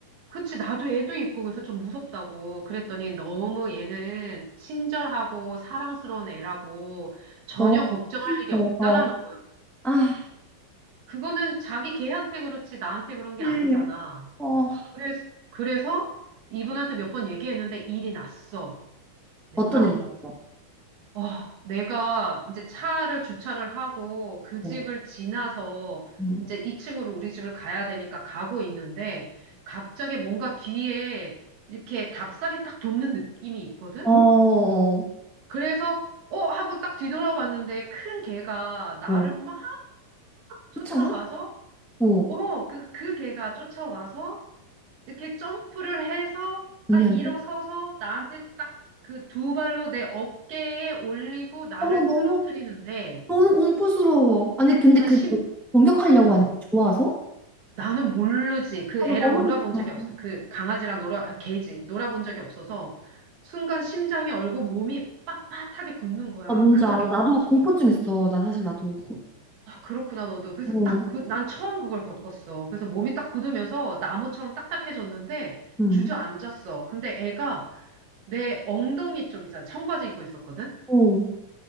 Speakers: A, on the right; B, in the centre.
A: 그치 나도 애도 있고 그래서 좀 무섭다고 그랬더니 너무 얘는 친절하고 사랑스러운 애라고 전혀
B: 너무
A: 걱정할
B: 힘들어.
A: 일이 없다라는 거야.
B: 아,
A: 그거는 자기 걔한테 그렇지 나한테 그런 게
B: 사실,
A: 아니잖아.
B: 어,
A: 그래서, 그래서 이분한테 몇 번 얘기했는데 일이 났어. 내가,
B: 어떤 일이었어?
A: 어, 내가 이제 차를 주차를 하고 그 집을
B: 어,
A: 지나서
B: 음.
A: 이제 2층으로 우리 집을 가야 되니까 가고 있는데 갑자기 뭔가 뒤에 이렇게 닭살이 딱 돋는 느낌이 있거든?
B: 어, 어,
A: 그래서, 어? 하고 딱 뒤돌아봤는데 큰 개가 나를
B: 어.
A: 막 쫓아와서
B: 쫓아 어,
A: 오, 그, 그 개가 쫓아와서 이렇게 점프를 해서
B: 언니한테?
A: 딱 일어서서 나한테 딱 그 두 발로 내 어깨에 올리고 나를
B: 어머, 너무,
A: 쓰러뜨리는데
B: 너무 공포스러워. 아니, 근데
A: 나
B: 그
A: 심,
B: 공격하려고
A: 어,
B: 하는 게 좋아서?
A: 나는 모르지. 그
B: 아,
A: 애랑
B: 나 너무
A: 놀아본
B: 좋다.
A: 적이 없어요. 그 강아지랑 놀아, 아, 개지. 놀아본 적이 없어서 순간 심장이 얼고 몸이 빳빳하게 굳는 거야.
B: 나 뭔지
A: 그런
B: 알아.
A: 경험을,
B: 나도
A: 처-
B: 공포증 있어. 나 사실 나도. 고-
A: 아, 그렇구나, 너도. 그래서
B: 어,
A: 딱, 그- 난 처음 그걸 겪었어. 그래서 몸이 딱 굳으면서 나무처럼 딱딱해졌는데
B: 응.
A: 주저앉았어. 근데 애가 내 엉덩이 쪽 있잖아. 청바지 입고 있었거든?
B: 어. 무슨